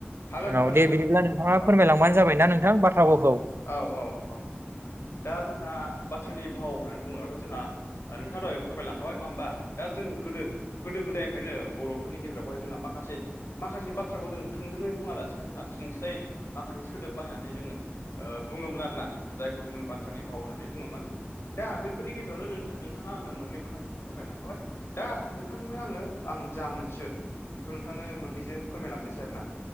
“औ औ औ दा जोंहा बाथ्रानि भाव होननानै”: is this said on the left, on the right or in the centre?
Left